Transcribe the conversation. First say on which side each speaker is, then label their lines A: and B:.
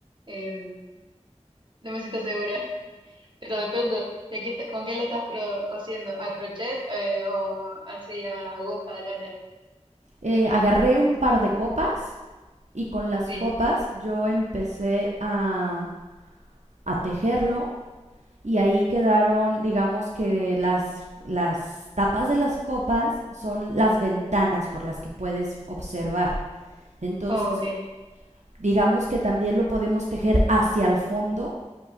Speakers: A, on the right; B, on the right.
A: em, no me siento segura, <laughs> pero depende de qué, está- con qué lo estás cro- cosiendo, a crochet eh, o así a aguja, lana.
B: Eh, agarré un par de copas y con las
A: Sí,
B: copas yo empecé a, a tejerlo y ahí quedaron, digamos que las, las tapas de las copas son las ventanas por las que puedes observar. Entonces,
A: oh, ok.
B: digamos que también lo podemos tejer hacia el fondo